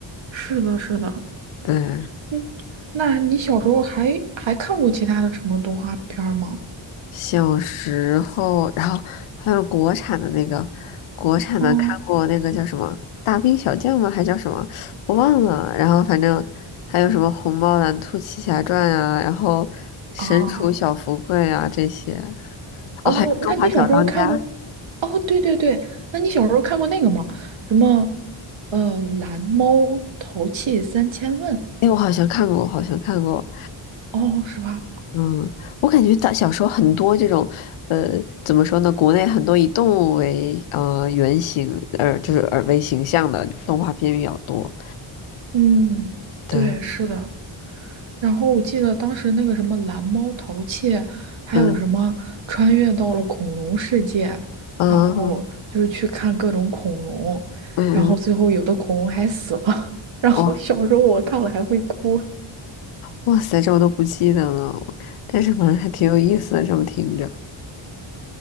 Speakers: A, on the right (about 65°); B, on the left (about 75°).
A: 是的，是的，
B: 嗯，
A: 嗯，那你小时候还还看过其他的什么动画片儿吗？
B: 小时候，然后还有国产的那个，国产的看过那个叫什么《大兵小将》吗？
A: 哦
B: 还叫什么？我忘了。然后反正还有什么《虹猫蓝兔七侠传》啊，然后《神厨小福贵》啊这些。
A: 啊哦，
B: 哦，还有《中华小当家》。
A: 那你小时候看过？哦，对对对，那你小时候看过那个吗？什么呃，蓝猫淘气三千问？
B: 哎，我好像看过，我好像看过。
A: 哦，是吧？
B: 嗯，我感觉大小时候很多这种，呃，怎么说呢？国内很多以动物为呃原型，呃，就是呃为形象的动画片比较多。
A: 嗯，
B: 对，
A: 对，是的。然后我记得当时那个什么蓝猫淘气，还有什么穿越到了恐龙世界，
B: 嗯嗯嗯，
A: 然后就是去看各种恐龙，
B: 嗯嗯
A: 然后最后有的恐龙还死了，<laughs> 然后小时候我看了还会哭，
B: 哇哇塞，这我都不记得了，但是好像还挺有意思的，这么听着，